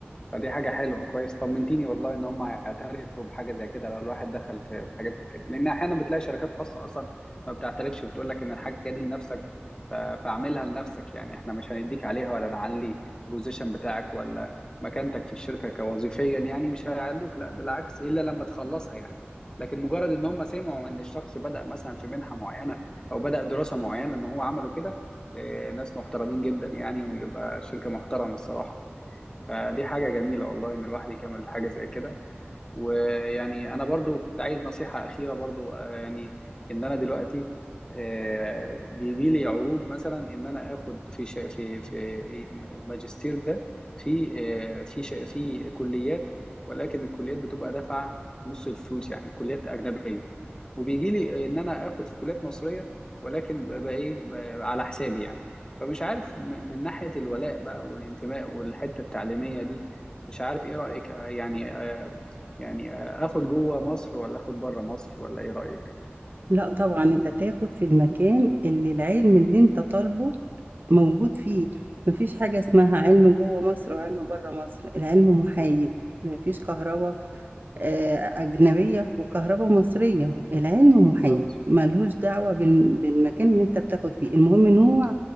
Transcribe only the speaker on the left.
فدي حاجة حلوة كويس طمنتيني والله ان هم هيعترفوا بحاجة زي كده لو الواحد دخل في في حاجة زي كده لان احيانا بتلاقي شركات خاصة اصلا ما بتعترفش بتقول لك ان الحاجة دي لنفسك ف- فاعملها لنفسك يعني احنا مش هنديك عليها ولا نعلي البوزيشن بتاعك ولا مكانتك في الشركة كوظيفيا يعني مش هيعلوك لا بالعكس الا لما تخلصها يعني لكن مجرد ان هم سمعوا ان الشخص بدأ مثلا في منحة معينة او بدأ دراسة معينة ان هو عمله كده إيه، ناس محترمين جدا يعني ويبقى شركة محترمة الصراحة فدي حاجة جميلة والله إن الواحد يكمل في حاجة زي كده ويعني أنا برضو كنت عايز نصيحة أخيرة برضو آه، يعني إن أنا دلوقتي آه، بيجي لي عروض مثلا إن أنا آخد في شا- في في الماجستير ده في آه، في شا- في كليات ولكن الكليات بتبقى دافعة نص الفلوس يعني كليات أجنبية وبيجي لي ان انا اخد في كليات مصريه ولكن ببقى ايه ببقى على حسابي يعني فمش عارف م- من ناحيه الولاء بقى والانتماء والحته التعليميه دي مش عارف ايه رايك آه، يعني آه، يعني آه، اخد جوه مصر ولا اخد بره مصر ولا ايه رايك
بالظبط